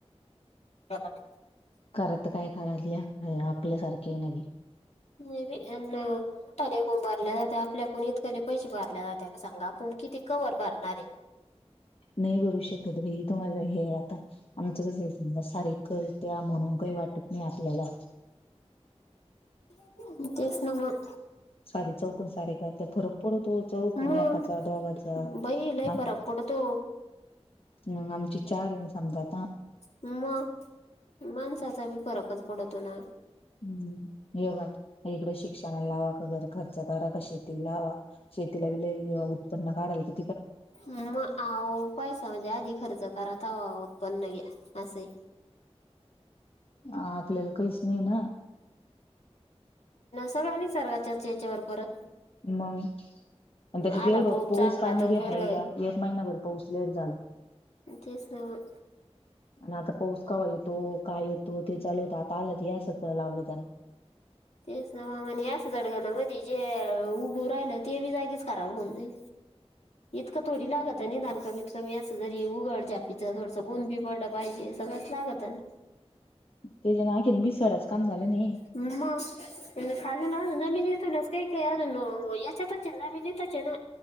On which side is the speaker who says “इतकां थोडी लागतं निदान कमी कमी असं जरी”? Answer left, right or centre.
Left